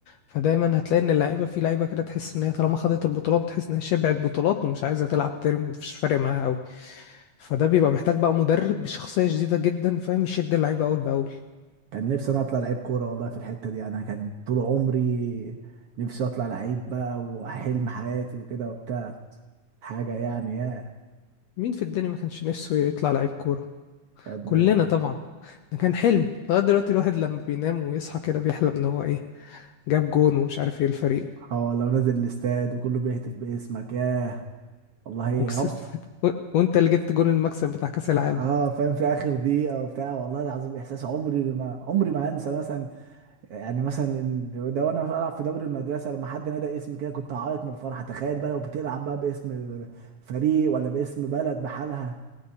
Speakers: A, on the left (about 75°); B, on the right (about 65°).
A: فدايما هتلاقي ان اللعيبة في لعيبة كده تحس ان هي طالما خدت البطولات بتحس انها شبعت بطولات ومش عايزة تلعب تاني مفيش فارق معاها قوي فده بيبقى محتاج بقى مدرب بشخصية جديدة جدا فاهم يشد اللعيبة اول باول
B: كان نفسي انا اطلع لعيب كوره والله في الحته دي انا كان طول عمري نفسي اطلع لعيب بقى وحلم حياتي وكده وبتاع حاجه يعني يا
A: ومين في الدنيا ما كانش نفسه يطلع لعيب كورة
B: يا ابني
A: كلنا طبعا ده كان حلم لغاية دلوقتي الواحد لما بينام ويصحى كده بيحلم ان هو ايه جاب جون ومش عارف ايه الفريق
B: اه والله ونازل الاستاد وكله بيهتف باسمك ياه والله
A: وكسبت
B: هم-
A: <laughs> و- وانت اللي جبت جون المكسب بتاع كأس العالم
B: اه فاهم في اخر دقيقه وبتاع والله العظيم احساس عمري ما عمري ما انسى مثلا يعني مثلا إن ده وانا بلعب في دوري المدرسه لما حد نادى اسمي كده كنت هعيط من الفرحه تخيل بقى لو بتلعب بقى باسم فريق ولا باسم بلد بحالها